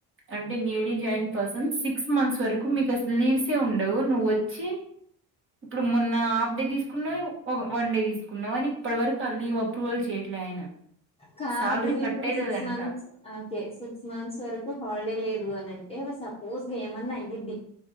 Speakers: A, on the right; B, on the left.
A: అంటే జాయిన్ పర్సన్స్ సిక్స్ మంత్స్ వరకు మీకు అసలు లీవ్సే ఉండవు నువ్ వచ్చి ఇప్పుడు మొన్న హాఫ్ డే తీసుకున్నావు వన్ డే తీసుకున్నావు అని ఇప్పటి వరకు అ లీవ్ అప్రూవల్ చేయలేదు ఆయన
B: కాదు
A: శాలరీ కట్
B: ఇప్పుడు
A: అయితదంట
B: సిక్స్ మంత్స్ ఓకే సిక్స్ మంత్స్ వరకు హాలిడే లేదు అని అంటే సపోజ్ ఎమన్నా అయ్యిద్ది